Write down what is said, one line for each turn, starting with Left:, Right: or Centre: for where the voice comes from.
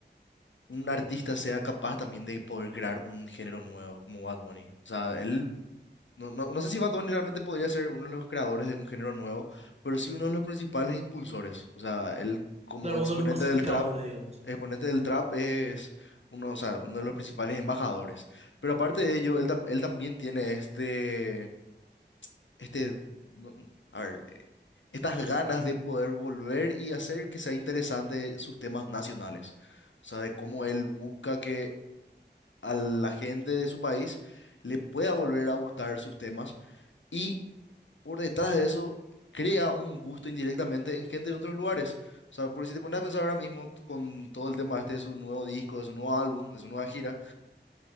Left: un artista sea capaz también de poder crear un género nuevo como Bad Bunny. O sea, él No, no, no sé si Bad Bunny realmente podría ser uno de los creadores de un género nuevo, pero sí uno de los principales impulsores. O sea, él como
Right: Claro,
Left: exponente
Right: uno de los masificadores,
Left: del trap,
Right: digamos.
Left: exponente del trap es uno, o sea, uno de los principales embajadores. Pero aparte de ello, él, tam- él también tiene este, este, no- a ver, estas ganas de poder volver y hacer que sea interesante sus temas nacionales. O sea, de cómo él busca que a la gente de su país le pueda volver a gustar sus temas. Y por detrás de eso crea un gusto indirectamente en gente de otros lugares. O sea, porque si te pones a pensar ahora mismo t- con todo el tema este de su nuevo disco, de su nuevo álbum, de su nueva gira,